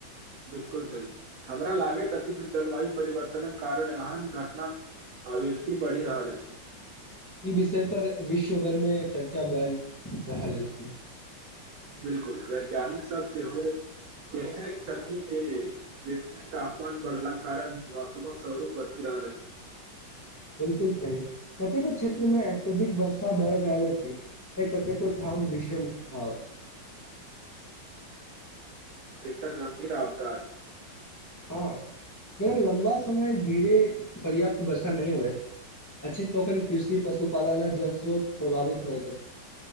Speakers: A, on the right; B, on the left.
A: बिलकुल सही हमरा लागैत अछि जे जलवायु परिवर्तन कारण एहन घटना आवृत्ति बढ़ि रहल अछि
B: ई विषय पर विश्व भर मे चर्चा बल रहल अछि
A: बिल्कूल वैज्ञानिक सब ससेहो केतेक क्षति जे पृथ्वी क तापमान बढ़ला कारण वास्तविक स्वरूप बढ़ती रह बल अछि
B: बिल्कुल सही प्रतेक क्षेत्र मे मे अत्यधिक वर्षा भय रहल अछि त कतेको ठाम भीषन स्ताहु
A: तऽ गधीराब <unintelligible>
B: हँ जगर लम्बा समय धीरे पर्याप्त वर्षा नहि होएत अछि तखन कृषि पशुपालन आ जल स्रोत प्रभावित होइत अछि